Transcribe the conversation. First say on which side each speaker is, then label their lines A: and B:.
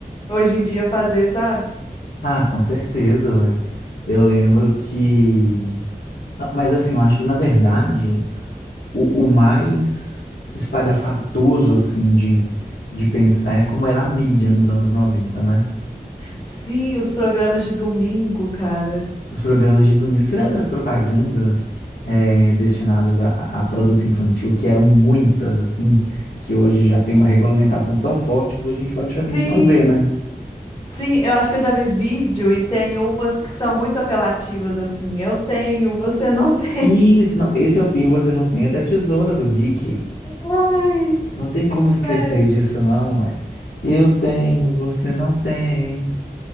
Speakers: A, on the left; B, on the left.
A: hoje em dia fazer, sabe?
B: Ah, com certeza, ué. Eu lembro que. Não, mas assim, eu acho que na verdade, o, o mais espalhafatoso, assim, de, de pensar é como era a mídia nos anos noventa né?
A: Sim, os programas de domingo, cara.
B: Os programas de domingo. Você lembra das propagandas eh, destinadas a, a a produto infantil, que eram muitas, assim, que hoje já tem uma regulamentação tão forte que a gente praticamente
A: Sim,
B: não vê, né?
A: sim, eu acho que eu já vi vídeo e tem umas que são muito apelativas, assim, eu tenho, você não tem.
B: Isso, não, esse eu tenho, você não tem, é da tesoura do Mickey.
A: <laughs> Ai,
B: Não tem
A: sim,
B: como esquecer
A: velho.
B: disso, não, é. Eu tenho, você não tem.